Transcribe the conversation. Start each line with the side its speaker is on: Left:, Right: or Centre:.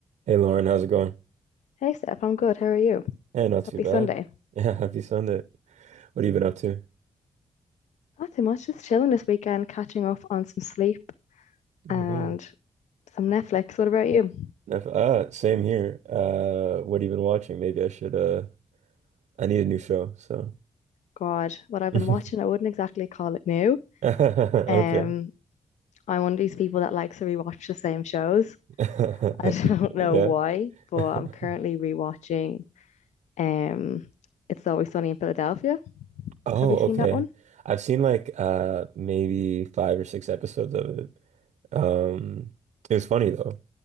Right: Hey Lauren, how's it going?
Left: Hey Steph, I'm good. How are you?
Right: Yeah, not
Left: Happy
Right: too bad.
Left: Sunday.
Right: Yeah, <laughs> happy Sunday. What have you been up to?
Left: Nothing much, just chilling this weekend, catching up on some sleep
Right: Mm.
Left: and some Netflix. What about you?
Right: Nef- Ah, same here. Uh, what have you been watching? Maybe I should uh I need a new show, so
Left: God, what I've
Right: <laughs>
Left: been watching, I wouldn't exactly call it new.
Right: okay.
Left: Um, I'm one of these people that likes to rewatch the same shows.
Right: <laughs>
Left: I <laughs> don't know
Right: Yeah.
Left: why, but
Right: <laughs>
Left: I'm currently rewatching um It's Always Sunny in Philadelphia.
Right: Oh,
Left: Have you seen
Right: okay.
Left: that one?
Right: I've seen like uh maybe five or six episodes of it. Um it was funny though.